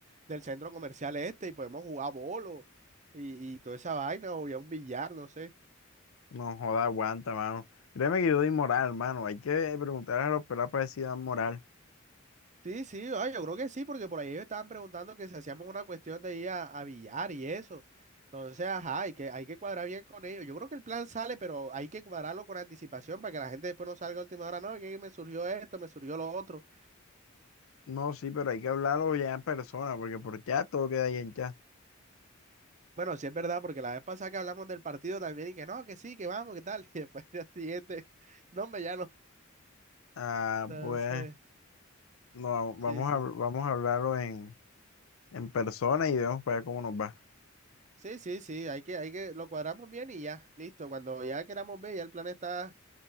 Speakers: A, on the right; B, on the left.
A: del centro comercial este y podemos jugar bolo y, y toda esa vaina o ya un billar, no sé.
B: No joda, aguanta, mano. Créeme que yo doy moral, mano. Hay que preguntar a los pelados para ver si dan moral.
A: Sí, sí, ah, yo creo que sí, porque por ahí ellos estaban preguntando que si hacíamos una cuestión de ir a, a billar y eso. Entonces, ajá, hay que, hay que cuadrar bien con ellos. Yo creo que el plan sale, pero hay que cuadrarlo con anticipación para que la gente después no salga a última hora. No, que me surgió esto, me surgió lo otro.
B: No, sí, pero hay que hablarlo ya en persona porque por chat todo queda ahí en chat.
A: Bueno, sí es verdad, porque la vez pasada que hablamos del partido también y que no, que sí, que vamos, que tal. <laughs> Y después del día siguiente, no, hombre, ya no.
B: Ah,
A: Entonces,
B: pues, no, vamos
A: sí, sí.
B: a, vamos a hablarlo en, en persona y vemos para ver cómo nos va.
A: Sí, sí, sí, hay que, hay que, lo cuadramos bien y ya, listo. Cuando ya queramos ver, ya el plan está